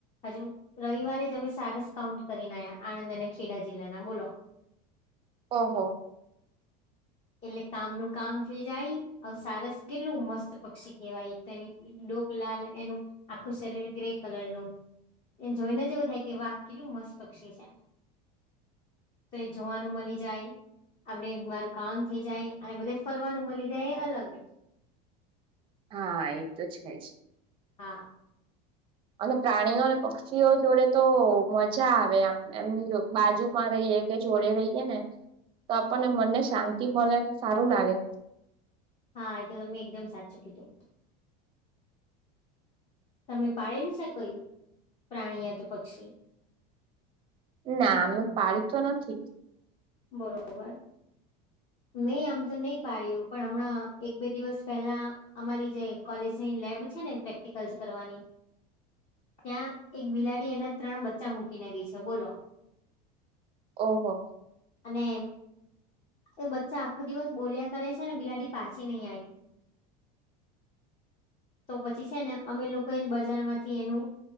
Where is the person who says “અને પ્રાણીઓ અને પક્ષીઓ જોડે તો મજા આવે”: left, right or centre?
Right